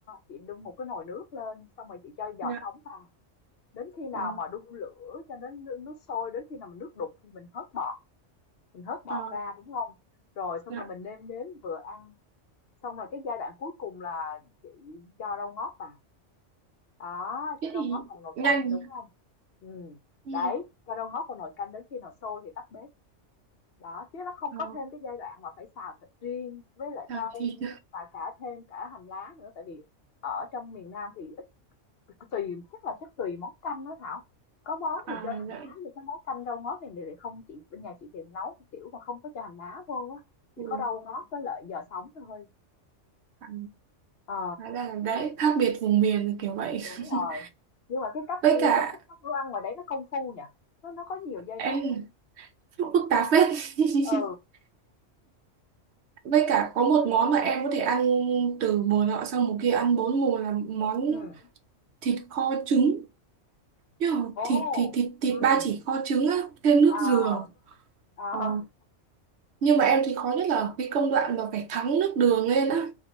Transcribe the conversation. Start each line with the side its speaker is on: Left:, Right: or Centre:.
Left: chị đun một cái nồi nước lên, xong rồi chị cho giò
Right: Dạ.
Left: sống vào. Đến khi nào
Right: Ờ,
Left: mà đun lửa cho đến nước nước sôi, đến khi nào mà nước đục thì mình hớt bọt, mình hớt bọt
Right: ờ,
Left: ra, đúng không Rồi xong
Right: dạ.
Left: rồi mình nêm nếm vừa ăn xong rồi cái giai đoạn cuối cùng là chị cho rau ngót vào đó cho
Right: Thế
Left: rau
Right: thì
Left: ngót vào nồi
Right: nhanh.
Left: canh đúng không ừ.
Right: Ừ.
Left: đấy cho rau ngót vào nồi canh đến khi nào sôi thì tắt bếp đó chứ nó không
Right: Ờ,
Left: có thêm cái giai đoạn mà phải xào thịt riêng với lại
Right: xào
Left: rau
Right: thịt.
Left: và cả thêm cả hành lá nữa tại vì ở trong miền Nam thì ít tùy chắc là chắc tùy món canh đó Thảo có món
Right: À
Left: thì cho hành
Right: dạ.
Left: lá nhưng cái món canh rau ngót thì lại không chị bên nhà chị thì nấu kiểu mà không có cho hành lá vô á
Right: Ừ.
Left: chỉ có rau ngót với lại giò sống thôi
Right: À,
Left: ờ
Right: hóa ra là đấy khác biệt vùng miền là kiểu vậy.
Left: Đúng
Right: <laughs>
Left: rồi, nhưng mà cái cách
Right: Với cả
Left: cách thức nấu đồ ăn ngoài đấy nó công phu nhỉ? Nó nó có nhiều giai
Right: em
Left: đoạn á.
Right: phức tạp phết.
Left: Ừ,
Right: <laughs> Với cả có một món mà em có thể ăn từ mùa nọ sang mùa kia ăn bốn mùa là món
Left: ừm,
Right: thịt kho trứng Nhưng mà
Left: ồ,
Right: thịt thịt thịt thịt
Left: ừm,
Right: ba chỉ kho trứng á, thêm nước
Left: à,
Right: dừa.
Left: à,
Right: Ờ. Nhưng mà em thì khó nhất là cái công đoạn mà phải thắng nước đường lên á.